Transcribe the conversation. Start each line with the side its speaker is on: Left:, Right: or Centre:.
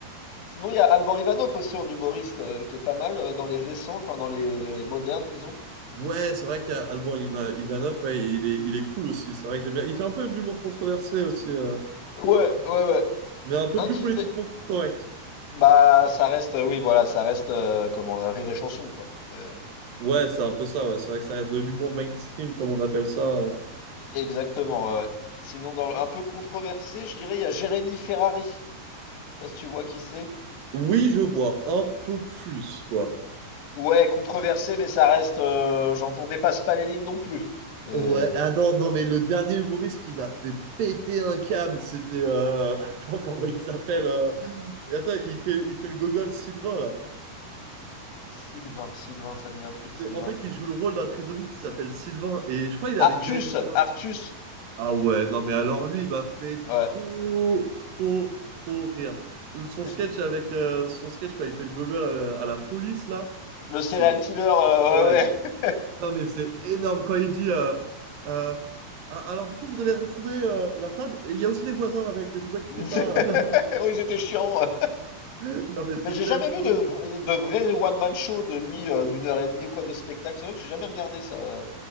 Left: Sinon, il y a Alban Ivanov aussi en humoriste euh, qui est pas mal euh, dans les récents, enfin dans les modernes, disons.
Right: Ouais, c'est vrai qu'Alban Ima- Ivanov, ouais, il est, il est cool aussi. C'est vrai que j'aime bien. Il fait un peu de l'humour controversé aussi, euh,
Left: Ouais, ouais, ouais.
Right: mais un peu
Left: Un
Right: plus
Left: qui
Right: politiquement
Left: fait.
Right: correct.
Left: Bah, ça reste, euh, oui, voilà, ça reste euh, comment euh, rire et chanson, quoi. C'est-
Right: Ouais, c'est un peu ça. Ouais. C'est vrai que ça reste de l'humour mainstream, comme on appelle ça. euh.
Left: Exactement, ouais. ouais. Sinon, dans un peu controversé, je dirais, il y a Jérémy Ferrari. Je sais pas si tu vois qui c'est.
Right: Oui, je vois un peu plus, quoi.
Left: Ouais, controversé, mais ça reste. Euh, j'entends, on dépasse pas les lignes non plus. Euh,
Right: Ouais, ah non, non, mais le dernier humoriste qui m'a fait péter un câble, c'était. euh, <laughs> Attends, comment il s'appelle euh, et Attends, il fait, il fait le gogol Sylvain, là.
Left: Sylvain, Sylvain, ça me dit un truc, Sylvain.
Right: En fait, il joue le rôle d'un trisomique qui s'appelle Sylvain, et je crois qu'il est avec
Left: Artus,
Right: Jérémy Ferrara.
Left: Artus.
Right: Ah ouais, non mais alors lui, il m'a fait
Left: Ouais.
Right: trop, trop, trop rire. Son sketch
Left: J-
Right: avec euh, son sketch quand il fait le gogol à, à la police là,
Left: Le serial
Right: c'est
Left: killer, euh,
Right: ah ouais,
Left: ouais, ouais.
Right: non mais c'est énorme quand il dit euh, euh, Ah, alors du coup vous avez retrouvé euh, la femme et il y a aussi les voisins avec, vous
Left: <laughs>
Right: inquiétez
Left: Oui,
Right: pas. <laughs>
Left: c'était chiant. euh.
Right: Non mais c'est
Left: Mais j'ai
Right: tellement
Left: jamais vu
Right: drôle.
Left: de, de vrai one-man show de lui euh, d'une heure et demie ou quoi de spectacle. C'est vrai que j'ai jamais regardé ça.